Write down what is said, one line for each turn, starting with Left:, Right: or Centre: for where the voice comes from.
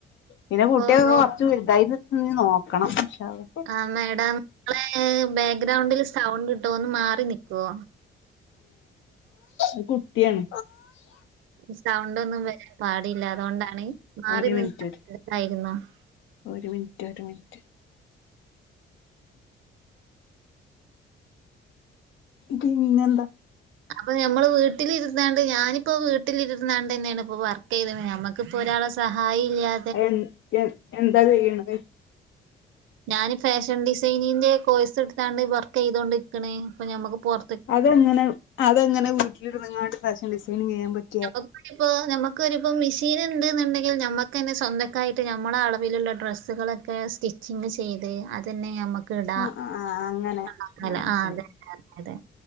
Left: പിന്നെ കുട്ട്യോക്കെ
Right: ഓ നോ
Left: കൊറച്ച് വലുതായിട്ടൊക്കെനി നോക്കണം ഇന്ശാള്ള.
Right: ആഹ് മേഡം നിങ്ങളെ ബാക്ക്ഗ്രൗണ്ടിൽ സൗണ്ട്ണ്ട്‌ ഒന്ന് മാറിനിക്കൊ
Left: അകുട്ട്യാണ്
Right: സൗണ്ടൊന്നും വരാൻ പാടില്ല അതോണ്ടാണ് മാറി
Left: ഒരു
Right: നിന്നാ
Left: മിനിറ്റ് ഒരു
Right: <unintelligible>
Left: ഒരു മിനിറ്റ് ഒരു മിനിറ്റ് പിന്നെന്താ
Right: അപ്പൊ ഞമ്മള് വീട്ടിലിരുന്നാണ്ട് ഞാനിപ്പോ വീട്ടിലിരുന്നാണ്ട്ന്നെണ് ഇപ്പൊ വീട്ടിലിര്ന്നാനടനെയാണ് വർക്ക് ചെയനെ ക്ക്പ്പോ ഒരാളെ സഹായില്ലാ
Left: എഹാ ഏഹ് എന്താ ചെയ്യണത്
Right: ഞാൻ ഫാഷൻ ഡിസൈനിന്റെ കോഴസ് എടുത്താണ്ട് വർക്ക് ചെയ്തോണ്ടിക്കണ് ഇപ്പൊ ഞമ്മുക്ക് പൊറ
Left: അതെങ്ങനെ അതെങ്ങനെ വീട്ടിലിരുനിങ്ങാണ്ട്‌ ഫാഷൻ ഡിസയിനിങ് ചെയ്യാൻ പറ്റും
Right: <unintelligible> ഇപ്പ നമുക്കൊരിപ്പം മെഷീനിണ്ട്‌ന്നിണ്ടെങ്കിൽ ഞമ്മക്കന്നെ സ്വന്തക്കായിട്ട് നമ്മെള അളവിലുള്ള ഡ്രസ്സുകൾ ക്കെ സ്റ്റിച്ചിങ്ങ് ചെയ്ത് അതനെ ഞമ്മക്ക് ഇടാ
Left: ആ ആ ആ അങ്ങനെ
Right: ഉണ്ടാക്കാലെ
Left: ആ മനസ്സിലായി
Right: ആഹ് അതെതെ അതെ